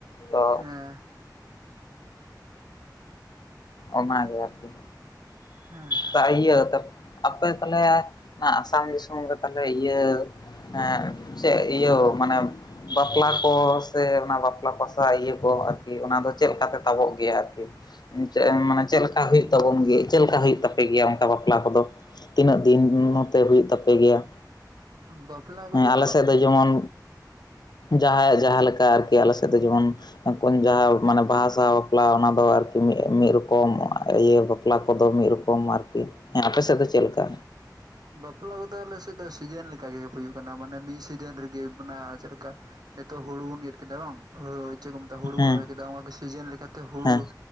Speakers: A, on the left (about 70°); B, on the right (about 65°).
A: ᱛᱚ
B: ᱮ
A: ᱚᱱᱟᱜᱮ ᱟᱨᱠᱤ᱾
B: ᱦᱮᱸ᱾
A: ᱫᱟ ᱤᱭᱟᱹ ᱛᱟᱯᱮ ᱟᱯᱮ ᱛᱟᱦᱚᱞᱮ ᱚᱱᱟ ᱟᱥᱟᱢ ᱫᱤᱥᱚᱢ ᱨᱮ ᱛᱟᱦᱟᱞᱮ ᱤᱭᱟᱹ᱾ ᱦᱮᱸ ᱪᱮᱫ ᱤᱭᱟᱹ ᱢᱟᱱᱮ᱾ ᱵᱟᱯᱞᱟ ᱠᱚ ᱥᱮ ᱚᱱᱟ ᱵᱟᱯᱞᱟ ᱯᱟᱥᱟ ᱤᱭᱟᱹ ᱠᱚ ᱟᱨᱠᱤ ᱚᱱᱟ ᱫᱚ ᱪᱮᱫ ᱞᱮᱠᱟᱛᱮ ᱛᱟᱵᱚᱜ ᱜᱮᱭᱟ ᱟᱨᱠᱤ᱾ ᱪᱮᱫ ᱮᱢ ᱢᱟᱱᱮ ᱪᱮᱫ ᱞᱮᱠᱟ ᱦᱩᱭᱩᱜ ᱛᱟᱵᱚᱱ ᱜᱮ ᱪᱮᱫᱞᱮᱠᱟ ᱦᱩᱭᱩᱜ ᱛᱟᱵᱱᱟ᱾ ᱦᱩᱭᱩᱜ ᱜᱮᱭᱟ ᱚᱱᱠᱟ ᱵᱟᱯᱞᱟ ᱠᱚᱫᱚ ᱛᱤᱱᱟᱹᱜ ᱫᱤᱱ
B: ᱦᱮᱸ
A: ᱱᱚᱛᱮ ᱦᱩᱭᱩᱜ ᱛᱟᱯᱮ ᱜᱮᱭᱟ᱾
B: ᱵᱟᱯᱞᱟ᱾
A: ᱦᱮᱸ
B: ᱠᱚᱫᱚ
A: ᱟᱞᱮ ᱥᱮᱫ ᱫᱚ ᱡᱮᱢᱚᱱ ᱡᱟᱦᱟᱸᱭᱟᱜ ᱡᱟᱦᱟᱸ ᱞᱮᱠᱟ ᱟᱨᱠᱤ ᱟᱞᱮ ᱥᱮᱫ ᱫᱚ ᱡᱮᱢᱚᱱ᱾ ᱟᱯᱚᱱ ᱡᱟᱦᱟᱸ ᱢᱟᱱᱮ ᱵᱟᱦᱟ ᱥᱟᱣ ᱵᱟᱯᱞᱟ ᱚᱱᱟ ᱫᱚ ᱟᱨᱠᱤ ᱢᱤ ᱢᱤᱫ ᱨᱚᱠᱚᱢ ᱤᱭᱟᱹ ᱵᱟᱯᱞᱟ ᱠᱚᱫᱚ ᱢᱤᱫ᱾ ᱠᱚᱢ ᱟᱨᱠᱤ ᱦᱮᱸ ᱟᱯᱮᱥᱮᱫ ᱫᱚ ᱪᱮᱫ ᱞᱮᱠᱟ?
B: ᱵᱟᱯᱞᱟ ᱠᱚᱫᱚ ᱟᱞᱮᱥᱮᱫ ᱫᱚ ᱥᱤᱡᱤᱱ ᱞᱮᱠᱟ ᱦᱩᱭᱩᱜ ᱠᱟᱱᱟ ᱢᱟᱱᱮ ᱢᱤᱫ ᱥᱤᱡᱤᱱ ᱨᱮᱜᱮ ᱚᱱᱟ ᱪᱮᱫ ᱞᱮᱠᱟ᱾ ᱱᱤᱛᱚᱜ ᱦᱩᱲᱩ ᱵᱚᱱ ᱤᱨ ᱠᱮᱫᱟ ᱵᱟᱝ ᱪᱮᱫ ᱠᱚ ᱢᱮᱛᱟᱜᱼᱟ ᱦᱩᱲᱩ
A: ᱦᱮᱸ
B: ᱵᱚᱱ ᱨᱚᱦᱚᱭ ᱠᱮᱫᱟ ᱚᱱᱠᱟ ᱥᱤᱡᱤᱱ ᱞᱮᱠᱟᱛᱮ ᱦᱩᱲᱩ᱾
A: ᱦᱮᱸ